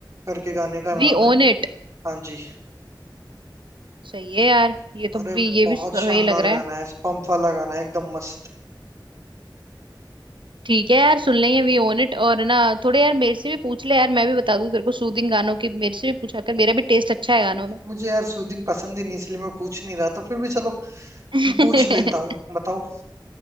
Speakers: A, on the right (about 40°); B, on the right (about 85°).
A: करके गाने का
B: We
A: नाम है
B: own it
A: हाँ जी
B: सही है यार ये तो
A: अरे
B: भी ये
A: बहुत
B: भी सही
A: शानदार
B: लग रहा
A: गाना
B: है
A: है पंप वाला गाना है एकदम मस्त
B: ठीक है यार सुन लेंगे वी ओन इट और ना थोड़े यार मेरे से भी पूछ ले यार मैं भी बता दूं तेरे को सूदिंग गानों की मेरे से भी पूछा कर मेरा भी टेस्ट अच्छा है गानों में
A: मुझे यार सूदिंग पसंद ही नहीं इसलिए मैं पूछ नहीं रहा था फिर भी चलो
B: <laughs>
A: पूछ लेता हूँ बताओ